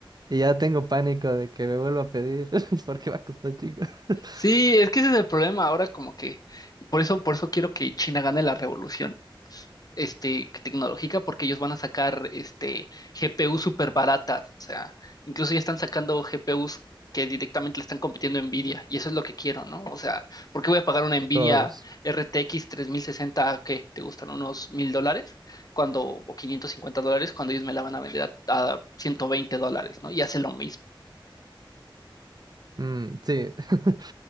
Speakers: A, on the right (about 50°); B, on the left (about 45°).
A: y ya tengo pánico de que me vuelva a pedir <laughs> porque va a costar chico.
B: sí,
A: <laughs>
B: es que ese es el problema ahora como que por eso por eso quiero que China gane la revolución este, tecnológica porque ellos van a sacar este, GPU súper baratas. O sea, incluso ya están sacando GPUs que directamente le están compitiendo a Nvidia y eso es lo que quiero, ¿no? O sea, ¿por qué voy a pagar una Nvidia
A: Todos.
B: RTX sesenta que te gustan unos mil dólares cuando, o 550 dólares cuando ellos me la van a vender a, a 120 dólares, ¿no? Y hace lo mismo.
A: Mm, sí. <laughs>